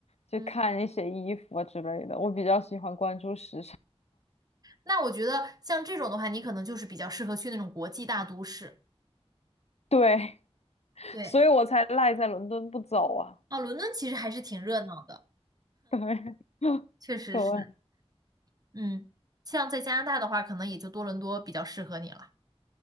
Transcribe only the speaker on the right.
嗯，
那我觉得像这种的话，你可能就是比较适合去那种国际大都市。
对，
哦，伦敦其实还是挺热闹的，
确实是，
嗯，像在加拿大的话，可能也就多伦多比较适合你了。